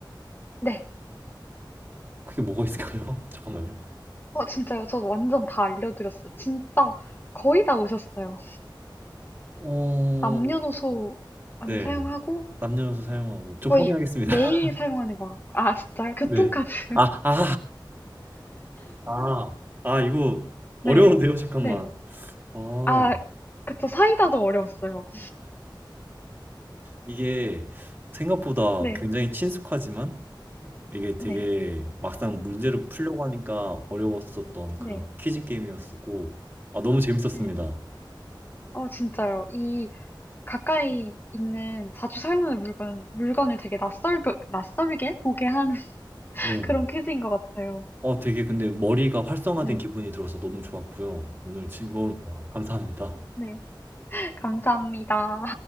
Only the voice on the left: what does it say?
네.
어, 진짜요? 저 완전 다 알려드렸어요. 진짜 거의 다 오셨어요.
남녀노소 많이
사용하고
거의
매일
사용하는 것 같고. 아, 진짜요? 교통카드.
<laughs>
네.
네.
아, 그쵸. 사이다도 어려웠어요.
네.
네.
네.
네. 어, 진짜요. 이 가까이 있는 자주 사용하는 물건, 물건을 되게 낯설, 낯설게 보게 하는 <laughs>
그런 퀴즈인 것 같아요.
네.
네. <laughs> 감사합니다.